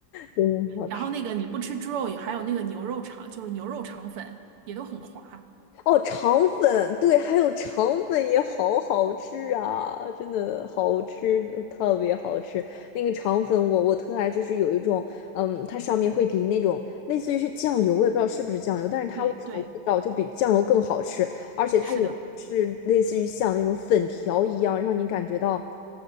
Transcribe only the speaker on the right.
然后那个你不吃猪肉，也还有那个牛肉肠，就是牛肉肠粉也都很滑。
对对，
是的。